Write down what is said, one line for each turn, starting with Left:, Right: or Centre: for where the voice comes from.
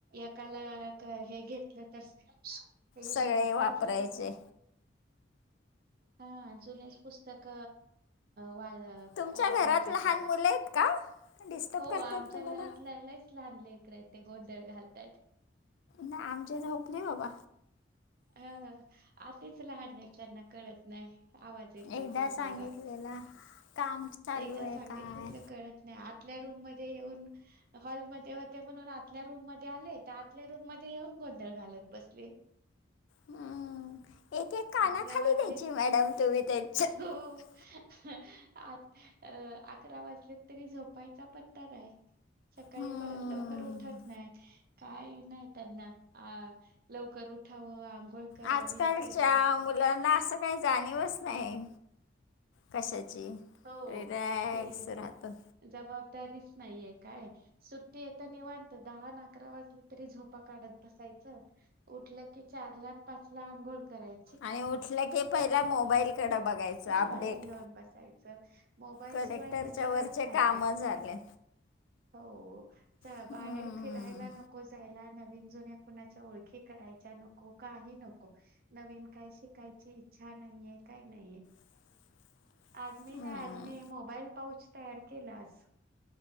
Right: एकाला हे घेतलं तर, ये
Left: सगळे
Right: माझा कॉल
Left: वापरायचे
Right: चालू आहे ना. हा जुनेच पुस्तक वा
Left: तुमच्या
Right: वापरत
Left: घरात लहान
Right: होतो
Left: मुल आहेत का? डिस्टर्ब
Right: हो
Left: करतात
Right: आमच्या
Left: तुम्हाला
Right: घरातल्याल लईच लहान लेकर आहेत ते गोंधळ घालतायेत.
Left: नाय आमची झोपली बाबा.
Right: हम्म आतीच लहान आहे त्यांना कळत नाही आवाज येतोय
Left: एकदा
Right: जोर जोरात.
Left: <inaudible> चालू
Right: एकदा
Left: आहे
Right: सांगितलेलं
Left: काय
Right: कळत नाही ‌. आतल्या रूम मध्ये येऊन- हॉलमध्ये होते म्हणून आतल्या रूम मध्ये आले, तर आतल्या रूम मध्ये येऊन गोंधळ घालत बसले.
Left: हम्म एक, एक काना
Right: अकरा
Left: खाली
Right: वाजलेत
Left: द्यायची मॅडम तुम्ही त्यांच्या. <inaudible>
Right: हो आ अ- आकरा वाजलेत तरी झोपायचा पत्ता नाही. सकाळी
Left: हम्म.
Right: परत लवकर उठत नाहीत काय नाही त्यांना आ लवकर उठावं आंघोळ करावी
Left: आजकालच्या
Right: फ्रेश
Left: मुलांना असं काही जाणीवच नाही कशाची?
Right: हो
Left: रिलॅक्स
Right: की
Left: राहतात.
Right: जबाबदारीच नाहीये काय? सुट्टी आहे तर निवांत दहा अन अकरा वाजले तरी झोपा काढत बसायचं. उठलं की चार ला अन पाच ला अंघोळ कराय
Left: आणि उठलं की पहिला मोबाईल कड बघायचं.
Right: मोबाईल
Left: अपडेट
Right: घेऊन बसायचं मोबाईल
Left: कलेक्टरच्या
Right: शिवाय तर जगच
Left: वरचे
Right: नाही
Left: काम
Right: काय
Left: झाले.
Right: हो च
Left: हम्म,
Right: बाहेर फिरायला नको जायला नवीन जुन्या कुणाच्या ओळखी करायच्या नको काही नको. नवीन काय शिकायची इच्छा नाहीये, काय नाहीेये.
Left: <inaudible>
Right: आज मी
Left: हम्म.
Right: ना, आज मी मोबाईल पाऊच तयार केला आज.